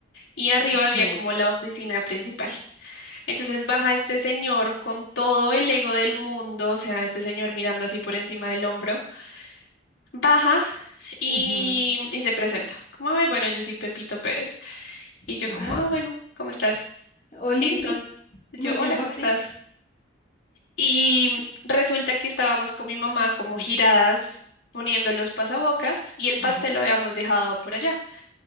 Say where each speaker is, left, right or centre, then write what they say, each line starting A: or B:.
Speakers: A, on the left (about 80°); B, on the left (about 40°).
A: y arriba
B: Ok.
A: había como la oficina principal. Entonces baja este señor con todo el ego del mundo, o sea, este señor mirando así por encima del hombro baja y,
B: ujú.
A: y se presenta. Como, ay, bueno, yo soy Pepito Pérez. Y yo
B: <laughs>
A: como, ah, bueno, ¿cómo estás?
B: Oli,
A: Entonces, yo,
B: muy bien
A: hola,
B: por
A: ¿cómo estás?
B: ti.
A: Y resulta que estábamos con mi mamá como giradas poniendo los pasabocas y el
B: Ujú.
A: pastel lo habíamos dejado por allá.